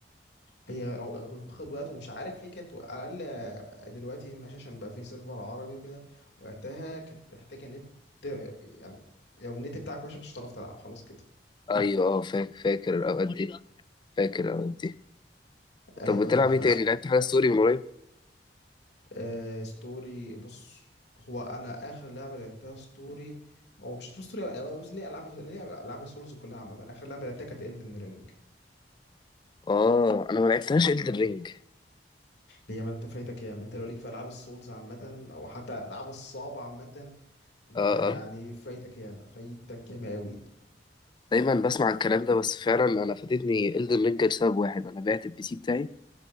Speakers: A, on the left (about 75°); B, on the left (about 25°).
A: هي أو- خد وقت ومش عارف ليه كانت على الاقل آه، دلوقتي ماشي عشان بقى في سيرفر عربي وكده وقتها كانت محتاجه نت يعني لو النت بتاعك وحش مش هتعرف تلعب خلاص كده
B: ايوه اه فاكر فاكر الاوقات دي مريضة فاكر الاوقات دي
A: ايوه
B: طب بتلعب
A: ف
B: ايه تاني لعبت حاجه ستوري من قريب
A: آه، ستوري بص هو انا اخر لعبه لعبتها ستوري هو مش ستوري أوي، بس ليه العاب ليه العاب سولز كلها عامه اخر لعبه لعبتها كانت Elden Ring
B: اه انا ما لعبتهاش إلدن رينج
A: هي ما انت فايتك ياما انت لو ليك في العاب السولز عامه او حتى العاب الصعبه عامه انت
B: اه
A: يعني
B: اه
A: فايتك ياما فايتك ياما قوي
B: دايما بسمع الكلام ده بس فعلا انا فاتتني إلدن رينج لسبب واحد انا بعت البي سي بتاعي